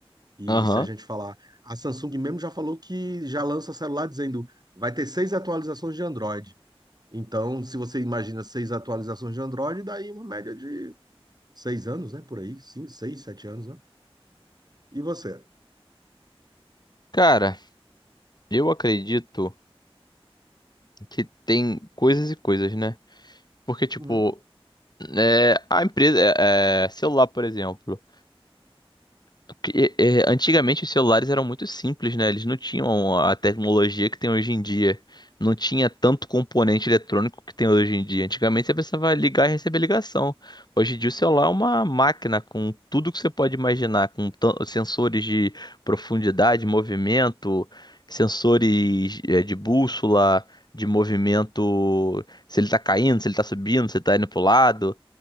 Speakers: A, on the right (about 40°); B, on the left (about 45°).
A: E
B: aham.
A: se a gente falar, a Samsung mesmo já falou que já lança celular dizendo vai ter seis atualizações de Android. Então, se você imagina seis atualizações de Android, daí uma média de seis anos, né? Por aí, sim, seis, sete anos, né? E você?
B: Cara, eu acredito que tem coisas e coisas, né? Porque, tipo,
A: Uhum.
B: é, a empresa, é, é, celular, por exemplo. Porque, é, é, antigamente os celulares eram muito simples, né? Eles não tinham a tecnologia que tem hoje em dia. Não tinha tanto componente eletrônico que tem hoje em dia. Antigamente você precisava ligar e receber ligação. Hoje em dia o celular é uma máquina com tudo que você pode imaginar, com tan- sensores de profundidade, movimento, sensores é, de bússola, de movimento, se ele tá caindo, se ele tá subindo, se ele tá indo pro lado